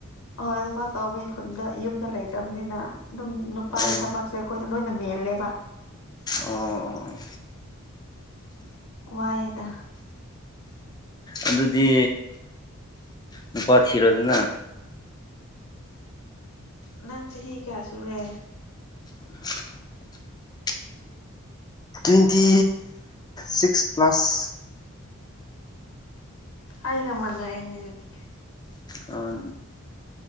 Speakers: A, on the left; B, on the left.
A: ꯑꯔꯤꯄꯣꯛ ꯀꯕꯨꯏ ꯈꯨꯟꯗ ꯌꯨꯝꯗ ꯂꯩꯇꯝꯅꯤꯅ ꯗꯨꯝ ꯅꯨꯄꯥꯒꯤ
B: ꯑꯣ
A: ꯊꯕꯛꯁꯦ ꯈꯣꯏ ꯂꯣꯏꯅ ꯃꯦꯜꯂꯦꯕ
B: ꯑꯣ ꯑꯣ ꯑꯣ
A: ꯋꯥꯏꯗꯥ
B: ꯑꯗꯨꯗꯤ ꯅꯨꯄꯥ ꯊꯤꯔ ꯑꯗꯨꯅ
A: ꯅꯪ ꯆꯍꯤ ꯀꯌꯥ ꯁꯨꯔꯦ
B: <unintelligible> ꯇ꯭ꯋꯦꯟꯇꯤ ꯁꯤꯛꯁ ꯄ꯭ꯂꯁ
A: ꯑꯩꯒ ꯃꯅꯅꯦꯅꯗꯤ
B: ꯑꯣ